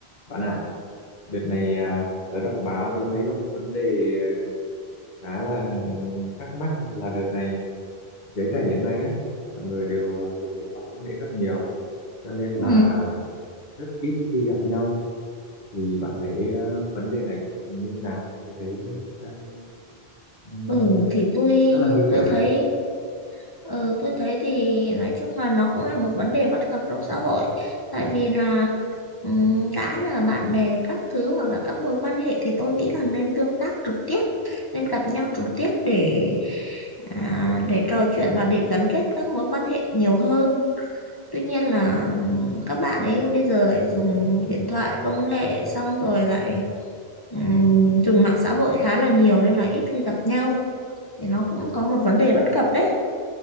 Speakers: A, on the left; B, on the left.
A: Bạn à, đợt này à, tớ đọc báo tớ thấy có một vấn đề à, khá là ừ, thắc mắc là đợt này giới trẻ hiện nay á, mọi người đều à, dùng điện thoại công nghệ rất nhiều, cho nên
B: Ừ,
A: là rất ít khi gặp nhau. Thì bạn thấy à, vấn đề này như thế nào? Tôi thấy đang ừ,
B: Ừ thì tôi
A: rất là nguy hiểm
B: tôi thấy
A: đấy.
B: ờ, tôi thấy thì nói chung là nó cũng là một vấn đề bất cập trong xã hội tại vì là ừm, đã là bạn bè các thứ hoặc là các mối quan hệ thì tôi nghĩ là nên tương tác trực tiếp nên gặp nhau trực tiếp để à, để trò chuyện và để gắn kết các mối quan hệ nhiều hơn tuy nhiên là ừm, các bạn ấy bây giờ lại dùng điện thoại công nghệ xong rồi lại ừm, dùng mạng xã hội khá là nhiều nên là ít khi gặp nhau thì nó cũng có một vấn đề bất cập đấy